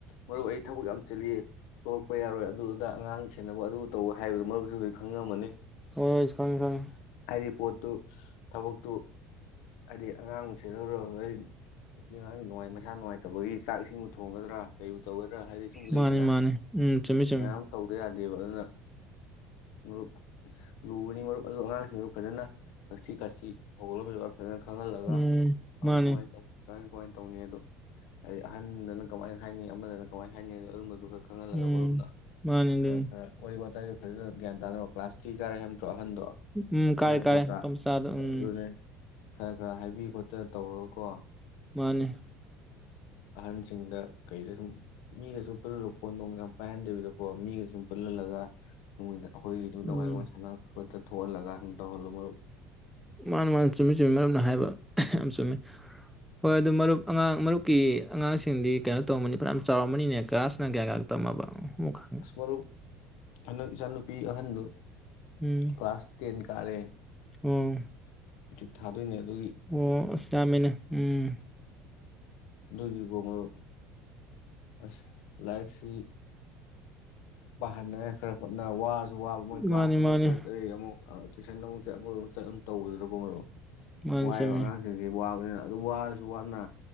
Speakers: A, on the left; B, in the centre.
A: ꯃꯔꯨꯞ ꯑꯩ ꯊꯕꯛ ꯌꯥꯝ ꯆꯤꯟꯂꯤ ꯊꯣꯛꯂꯛꯄ ꯌꯥꯔꯣꯏ ꯑꯗꯨ ꯑꯗꯥ ꯑꯉꯥꯡ ꯁꯦꯟꯅꯕ ꯑꯗꯨ ꯇꯧꯕ ꯍꯥꯏꯕꯗꯣ ꯃꯔꯨꯞꯁꯨ ꯍꯧꯖꯤꯛ ꯈꯪꯉꯝꯃꯅꯤ
B: ꯍꯣꯏ ꯈꯪꯉꯤ ꯈꯪꯉꯤ
A: ꯍꯥꯏꯔꯤ ꯄꯣꯠꯇꯨ ꯊꯕꯛꯇꯨ ꯍꯥꯏꯗꯤ ꯑꯉꯥꯡꯕꯨ ꯁꯦꯟꯅꯗꯧꯔ ꯅꯨꯄꯤ ꯑꯉꯥꯡꯒꯤ ꯅꯨꯡꯉꯥꯏꯃꯁꯥ ꯅꯨꯡꯉꯥꯏꯇꯕꯒꯤ ꯆꯥꯛ ꯏꯁꯤꯡꯕꯨ ꯊꯣꯡꯒꯗ꯭ꯔꯥ ꯀꯩꯕꯨ ꯇꯧꯒꯗ꯭ꯔꯥ ꯍꯥꯏꯗꯤ ꯁꯨꯝ ꯂꯩꯗꯅ
B: ꯃꯥꯅꯤ ꯃꯥꯅꯤ ꯎꯝ ꯆꯨꯝꯃꯤ ꯆꯨꯝꯃꯤ
A: ꯃꯌꯥꯝ ꯑꯃ ꯇꯧꯗ ꯌꯥꯗꯦ ꯗꯦꯕ ꯑꯗꯨꯅ ꯃꯔꯨꯞ ꯂꯨꯕꯅꯤ ꯃꯔꯨꯞ ꯑꯗꯨ ꯑꯉꯥꯡꯁꯤꯡꯗꯨ ꯐꯖꯅ ꯊꯛꯁꯤ ꯈꯥꯁꯤ ꯍꯧꯔꯒꯅ ꯐꯖꯅ ꯈꯪꯍꯜꯂꯒ
B: ꯎꯝ
A: ꯀꯃꯥꯏ
B: ꯃꯥꯅꯤ
A: ꯀꯃꯥꯏꯅ ꯇꯧ ꯀꯃꯥꯏ ꯀꯃꯥꯏꯅ ꯇꯧꯅꯤ ꯑꯗꯨ ꯍꯥꯏꯗꯤ ꯑꯍꯟꯗꯅ ꯀꯃꯥꯏꯅ ꯍꯥꯏꯅꯤ ꯑꯃꯗꯅ ꯀꯃꯥꯏꯅ ꯍꯥꯏꯅꯤꯗ ꯑꯗꯨꯝꯕꯗꯨ ꯈꯛ ꯈꯪꯍꯜꯂꯒ
B: ꯎꯝ
A: ꯃꯔꯨꯞꯅ
B: ꯃꯥꯅꯤ ꯑꯗꯨꯅꯤ
A: ꯈꯔ ꯈꯔ ꯋꯥꯔꯤ ꯋꯥ ꯇꯥꯌꯦ ꯐꯖꯅ ꯒꯌꯦꯟ ꯇꯅꯕ ꯀ꯭ꯂꯥꯁ ꯊ꯭ꯔꯤ ꯀꯔꯦ ꯍꯥꯏꯕ ꯅꯠꯇ꯭ꯔꯣ ꯑꯍꯟꯗꯣ
B: ꯎꯝ ꯀꯥꯔꯦ
A: ꯅꯪ
B: ꯀꯥꯔꯦ
A: ꯈꯔ
B: ꯅꯨꯄꯥꯃꯆꯥꯗꯣ
A: ꯈꯔ
B: ꯎꯝ
A: ꯑꯗꯨꯅꯦ ꯈꯔ ꯈꯔ ꯍꯥꯏꯕꯤ ꯈꯣꯠꯇꯅ ꯇꯧꯔꯒ ꯀꯣ
B: ꯃꯥꯅꯦ
A: ꯑꯍꯟꯁꯤꯡꯗ ꯀꯩꯗ ꯁꯨꯝ ꯃꯤꯒꯁꯨꯨꯝ ꯄꯨꯜꯂꯒ ꯐꯣꯟ ꯅꯨꯡ ꯌꯥꯝ ꯄꯥꯏꯍꯟꯗꯕꯤꯗꯀꯣ ꯃꯤꯒ ꯁꯨꯝ ꯄꯨꯜꯍꯜꯂꯒ ꯃꯣꯏꯗ ꯑꯩꯈꯣꯏꯒꯤꯗꯨ
B: ꯎꯝ
A: ꯅꯍꯥꯋꯥꯏ ꯁꯥꯟꯅ ꯈꯔ ꯆꯠ ꯊꯣꯛꯍꯜꯂꯒ ꯇꯧꯍꯜꯂꯨ ꯃꯔꯨꯞ
B: ꯃꯥꯅ ꯃꯥꯅ ꯆꯨꯝꯃꯤ ꯆꯨꯝꯃꯤ ꯃꯔꯨꯞꯅ ꯍꯥꯏꯕ ꯌꯥꯝ ꯆꯨꯝꯃꯤ ꯍꯣꯏ ꯑꯗꯨ ꯃꯔꯨꯞ ꯑꯉꯥꯡ ꯃꯔꯨꯞꯀꯤ ꯑꯉꯥꯡꯁꯤꯡꯗꯤ ꯀꯩꯅꯣ ꯇꯧꯃꯅꯤ ꯐꯅꯌꯥꯝ ꯆꯥꯎꯔꯝꯃꯅꯤꯅꯦ ꯀ꯭ꯂꯥꯁꯅ ꯀꯌꯥ ꯀꯥꯌꯥ ꯇꯝꯃꯕ ꯃꯨ ꯈ
A: ꯑꯁ ꯃꯔꯨꯞ ꯍꯟꯗꯛ ꯏꯆꯥꯅꯨꯄꯤ ꯑꯍꯟꯗꯨ
B: ꯎꯝ
A: ꯀ꯭ꯂꯥꯁ ꯇꯦꯟ ꯇꯥꯔꯦ
B: ꯑꯣ
A: ꯊꯥꯗꯣꯏꯅꯦ ꯑꯗꯨꯒꯤ
B: ꯑꯣ ꯑꯁ ꯌꯥꯝꯃꯦꯅꯦ ꯎꯝ
A: ꯔꯒꯤꯒꯣꯃꯔꯣ ꯑꯁ ꯂꯥꯏꯔꯤꯛꯁꯤ ꯄꯥꯍꯟꯅꯉꯦ ꯈꯔ ꯍꯣꯠꯅ ꯋꯥ ꯋꯥꯕ ꯃꯣꯏ ꯀ꯭ꯂꯥꯁꯨꯛ
B: ꯃꯥꯅꯤ ꯃꯥꯅꯤ
A: ꯆꯠꯂ ꯑꯃꯨꯛ ꯇꯨꯏꯁꯟ ꯑꯃꯨꯛ ꯆꯠ ꯑꯃꯨꯛꯨ ꯆꯠꯂꯨ ꯇꯧꯕꯗꯨꯗꯀꯣ ꯃꯔꯣ
B: ꯃꯥꯅꯤ
A: ꯋꯥꯕ
B: ꯆꯨꯝꯃꯤ
A: ꯑꯉꯥꯡꯁꯤꯡꯁꯤ ꯋꯥꯕ ꯅ ꯑꯗꯨ ꯋꯥꯔꯁꯨ ꯋꯥꯅ